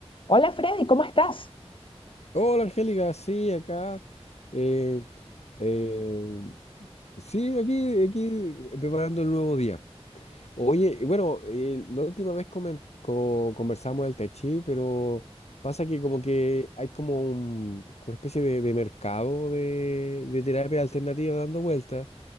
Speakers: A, on the left; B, on the left.
A: Hola Freddy, ¿cómo estás?
B: Hola Angélica, sí, acá. eh, eh, sí, aquí, aquí preparando el nuevo día. Oye, y bueno, eh, la última vez comen- co- conversamos del Tai Chi, pero pasa que como que hay como un- una especie de, de mercado de, de terapia alternativa dando vueltas